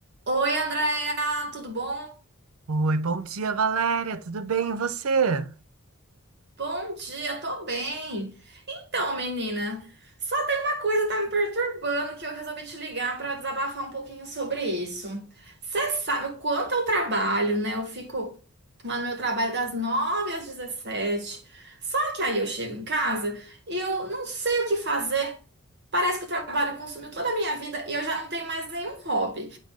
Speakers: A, on the right; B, on the right.
A: Oi, Andréa, tudo bom?
B: Oi, bom dia, Valéria. Tudo bem? E você?
A: Bom dia, tô bem. Então, menina, só tem uma coisa que tá me perturbando que eu resolvi te ligar pra desabafar um pouquinho sobre isso. Você sabe o quanto eu trabalho, né? Eu fico lá no meu trabalho das 9 às 17. Só que aí eu chego em casa e eu não sei o que fazer. Parece que o trabalho consumiu toda a minha vida e eu já não tenho mais nenhum hobby.